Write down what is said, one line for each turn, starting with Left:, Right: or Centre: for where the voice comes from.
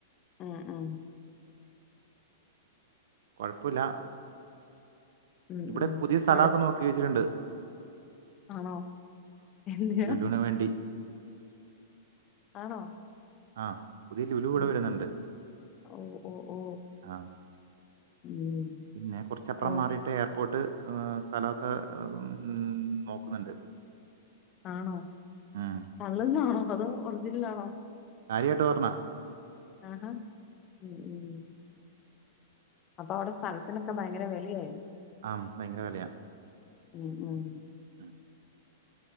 Left: മ്മ് മ്മ്
Right: കൊഴപ്പമില്ല
Left: ഉം
Right: ഇവിടെ
Left: ഉം
Right: പുതിയ സ്ഥലമൊക്കെ
Left: അടു
Right: നോക്കി വച്ചിട്ടുണ്ട്
Left: ആണോ എന്തിനാ
Right: ലുലുവിന് വേണ്ടി
Left: ആണോ
Right: ആഹ പുതിയ ലുലു കൂടെ
Left: ആഹാ
Right: വരുന്നുണ്ട്
Left: ഓ ഓ ഓ
Right: ആഹ
Left: ഉം
Right: പിന്നെ കുറച്ചപ്പുറം
Left: ഓ
Right: മാറിയിട്ട് എയർപോർട്ട് സ്ഥലമൊക്കെ മ്മ് നോക്കുന്നുണ്ട്
Left: ആണോ
Right: ഉം
Left: കള്ളന്നാണോ അതോ ഒറിജിനൽ ആ ണോ
Right: കാര്യായിട്ട് പറഞ്ഞ
Left: ആഹഹാ മ്മ് അപ്പൊ അവിടെ സ്ഥലത്തിനൊക്കെ ഭയങ്കര വിലയായല്ലേ
Right: ആ ഭയങ്കര വിലയാ
Left: മ്മ് മ്മ്
Right: ഉം.